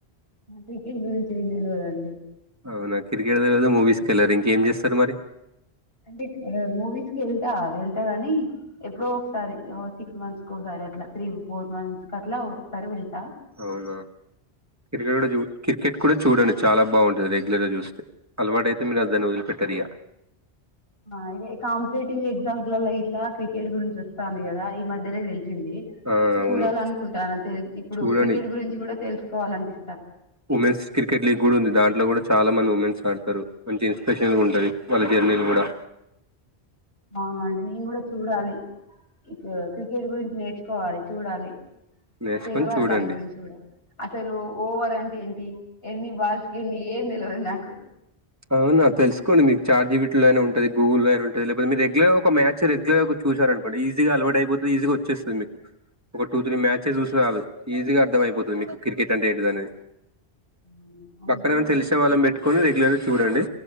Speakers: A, on the left; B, on the right.
A: క్రికెట్ గురించి ఏం తెల్వదండి
B: అవునా క్రికెట్ తెలవదు మూవీస్కెళ్ళారు ఇంకేం చేస్తారు మరి
A: అంటే మూవీస్క్ వెళ్తా వె ళ్తాగానీ ఎప్పుడో ఒకసారి సిక్స్ మంత్స్ ఒకసారి అట్లా త్రీ ఫోర్ మంత్స్ అట్లా ఒకసారి వెళ్తా
B: అవునా క్రికెట్ చూ క్రికెట్ కూడా చూడండి చాలా బాగుంటంది రగ్యుర్ గా చూస్తే అలవాటు అయితే మీరు దానీ వదిలి పెట్టారు ఇగ
A: అదే కాంపిటేటివ్ ఎక్సామ్స్ల గిట్ల క్రికెట్ గురించి వచ్ స్తుంది కదా ఈ మధ్యనే తెలిసింది
B: ఆ అవును
A: చూడాలనుకుంటాను ఆ ఇప్పుడు
B: చూడండి
A: క్రికెట్ గురించి కూడా తెలుసుకోవాలినిపి
B: ఉమెన్స్ క్రికెట్ లీగ్ కూడా ఉంది దాంట్లో కూడా చాలా మంది ఉమెన్ స్ ఆడతారు మంచి ఇన్స్పిరేషన్గా కూడా ఉంటది వాళ్ళ జర్నీలు కూడా
A: అవునండి నేను కూడా చూడాలి ఇక క్రికెట్ గురిం నేర్చుకోవాలి చూడాలి
B: నేర్చుకొని
A: తెలవాలి
B: చూడండి
A: దాని గురించి కూడా అసలు ఓవర్ అంటే ఏంటి ఎన్ని బాల్స్ కి ఎన్ని ఏం తెలవదు నాకు
B: అవునా తెలుసుకోండి మీకు చాట్జీపీటీ లోనయిన ఉంటది గూగుల్ లో అయిన ఉంటుంది లేకపోతే మీరు రెగ్యులర్ ఒక మ్యాచ్ రెగ్యుర్గా చూ సారు అనుకోండి ఈజీగా అలవాటు అయిపోతుంది ఈజీగా వచ్చేస్తుంది మీకు ఒక టూ త్రీ మ్యాచెస్ చూస్తే చాలు ఈజీగా అర్థమయిపోతుంది మీకు క్రికెట్ అంటే ఏంటిదనేది
A: అవును అవును,
B: పక్కన
A: చూ
B: ఎవరైనా తెలిసీన వాళ్ళనీ పెట్టుకొని రెగ్యులర్ చూడండి